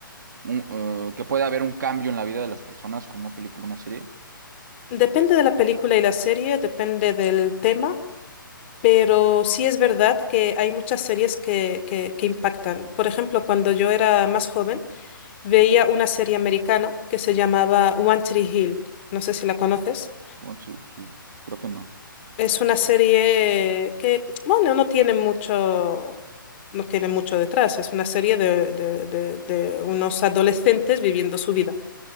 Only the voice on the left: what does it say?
Depende de la película y la serie, depende del tema Pero sí es verdad que hay muchas series que, que, que impactan. Por ejemplo, cuando yo era más joven, veía una serie americana que se llamaba One Tree Hill. No sé si la conoces.
Es una serie que, bueno, no tiene mucho, no tiene mucho detrás. Es una serie de, de- de- de unos adolescentes viviendo su vida.